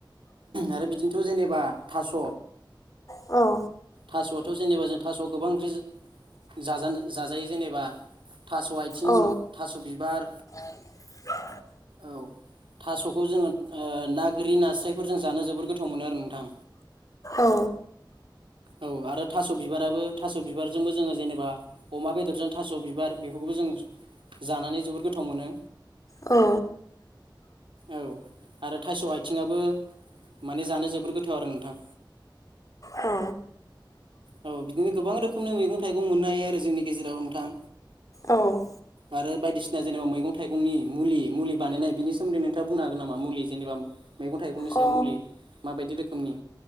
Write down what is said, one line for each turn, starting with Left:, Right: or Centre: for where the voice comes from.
Right: आरो बिदिनोथ' जेनेबा थास'
Left: औ
Right: थास'आथ' जेनेबा जों थास'आ गोबां ओख्रिज जाजानो जाजायो जेनेबा थास' आथिं
Left: औ
Right: थास' बिबार
Left: <inaudible>
Right: औ थास'खौ जोङो ओ ना गोरि नास्रायफोर जों जानो जोबोर गोथाव मोनो आरो नोंथां।
Left: औ
Right: औ आरो थास' बिबाराबो थास' बिबार जोंबो जोंङो जेनेबा अमा बेदरजों थास' बिबार बेफोरखौबो जों जानानै जबोद गोथाव मोनो।
Left: औ
Right: औ आरो थाइस' आथिंआो माने जानो जोबोर गोथाव आरो नोंथां।
Left: औ
Right: औ बिदिनो गोबां रोखोमनि मैगं थाइगं मोननो हायो आरो जोंनि गेजेराव नोंथां।
Left: औ औ
Right: आरो बायदिसिना जेनेबा मैगं थाइगंनि मुलि मुलि बानाय बेनि सोमोन्दै नोंथाङा बुंनो हागोन नामा मुलि जेनेबा। मैगं थाइगंनि सायाव
Left: अ
Right: मुलि माबायदि रोखोमनि